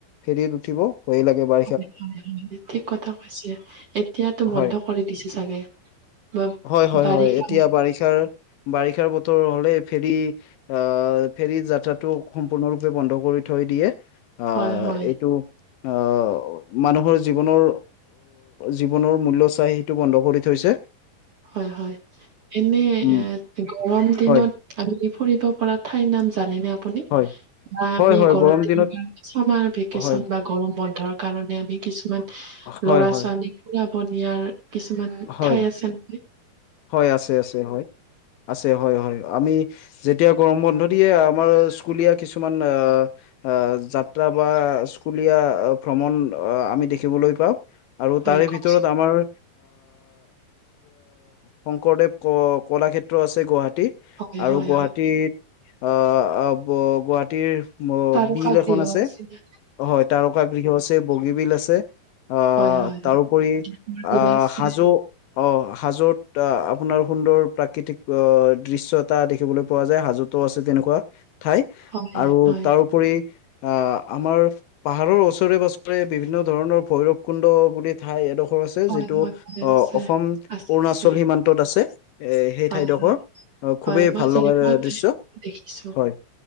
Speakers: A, on the left; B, on the right.
A: ফেৰিত উঠিব ভয়েই লাগে, বা
B: হয়, হয়, হয়, ঠিক কথা কৈছে, এতিয়াতো বন্ধ
A: হয়
B: কৰি দিছে চাগে। বা
A: হয়, হয়,
B: বাৰিষা
A: হয়, এতিয়া বাৰিষাৰ, বাৰিষাৰ বতৰ হ'লে ফেৰী আহ, ফেৰীৰ যাত্ৰাটো সম্পূৰ্ণৰূপে বন্ধ কৰি থৈ দিয়ে। আহ,
B: হয় হয়
A: এইটো আহ, মানুহৰ জীৱনৰ, জীৱনৰ মূল্য চাই টো, বন্ধ কৰি থৈছে।
B: হয়, হয়, এনে
A: উম
B: গৰম দিনত
A: হয়
B: আমি ফুৰিব পৰা ঠাইৰ নাম জানেনে আপুনি আপুনি
A: হয়
B: বা আমি
A: হয় হয়
B: গৰম দিনৰ
A: দিনত
B: কাৰণে চামাৰ ভেকেচন
A: হয়
B: বা গৰম বন্ধৰ কাৰণে আমি কিছুমান
A: হয়
B: ল'ৰা,
A: হয়
B: ছোৱালী ফুৰাব নিয়াৰ কিছুমান
A: হয়
B: ঠাই আছেনে?
A: হয়, আছে আছে হয়, আছে হয়, হয়, আমি যেতিয়া গৰম বন্ধ দিয়ে, আমাৰ স্কুলীয়া কিছুমান আহ আহ, যাত্ৰা বা স্কুলীয়া ভ্ৰমণ আহ, আমি দেখিবলৈ পাওঁ। আৰু
B: হয়
A: তাৰে
B: কওকচোন
A: ভিতৰত আমাৰ শংকৰদেৱ ক, কলাক্ষেত্ৰ আছে, গুৱাহাটী।
B: হয়
A: আৰু
B: হয়
A: গুৱাহাটীত
B: হয়
A: আহ, গুৱাহাটীৰ ম,
B: তাৰকা
A: বিল এখন
B: গৃহ
A: আছে,
B: আছিলে
A: হয়, তাৰকা গৃহ আছে, বগী বিল আছে। অ,
B: হয় হয়
A: তাৰো উপৰি
B: আমাৰ বিল
A: আ'।
B: আছে
A: অ, হাজোত আপোনাৰ সুন্দৰ প্ৰাকৃতিক দৃশ্য এটা দেখিবলৈ পোৱা যায়, হাজোত আছে তেনেকুৱা ঠাই,
B: হয়
A: আৰু
B: হয়
A: তাৰউপৰি আহ, আমাৰ পাহাৰৰ ওচৰে, পাজৰে বিভিন্ন ধৰণৰ ভৈৰৱ কুণ্ড বুলি ঠাই এডোখৰ আছে
B: হয়
A: যিটো
B: হয় হয়
A: আহ,
B: আছে
A: অসম
B: আছে
A: অৰুণাচল
B: আছে
A: সীমান্তত আছে, এ, সেই
B: হয়
A: ঠাইডোখৰ অ,
B: হয়
A: খুবেই
B: মই
A: ভাল
B: যাই
A: লগাৰ
B: পোৱা নাই
A: দৃশ্য
B: দেখিছো
A: হয়।